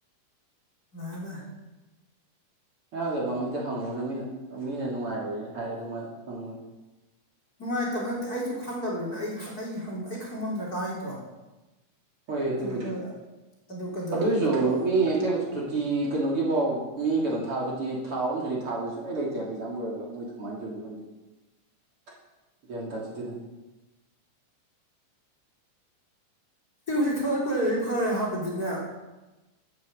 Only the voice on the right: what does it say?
<unintelligible> ꯑꯗꯨ ꯃꯃꯤꯗ ꯍꯪꯉꯨꯔꯅꯣ ꯃꯤꯅ ꯃꯤꯅ ꯅꯨꯡꯉꯥꯏꯔꯣꯏꯅ ꯍꯥꯏꯔꯦ ꯑꯗꯨ ꯃꯥꯅ ꯍꯪꯉꯨꯏ
ꯍꯣꯏ ꯑꯗꯨꯕꯨꯗꯤ
ꯑꯗꯨꯏꯁꯨ
ꯃꯤ ꯍꯦꯛ ꯁꯨꯇꯤ ꯀꯩꯅꯣꯒꯤ ꯕꯥꯎ ꯃꯤ ꯀꯩꯅꯣ ꯊꯥ ꯍꯨꯇꯤ ꯊꯥ ꯑꯍꯨꯝ ꯁꯨꯇꯤ ꯊꯥꯕꯗꯤ ꯁꯨꯡꯂꯩ ꯂꯩꯇꯦ ꯍꯥꯏꯕ ꯑꯦꯛꯖꯥꯝ ꯂꯣꯏꯔꯒ ꯃꯣꯏꯗꯣ ꯀꯃꯥꯏꯅ ꯇꯧꯔꯤꯅꯣ <unintelligible> ꯒ꯭ꯌꯥꯟ ꯇꯥꯖꯗꯦꯗ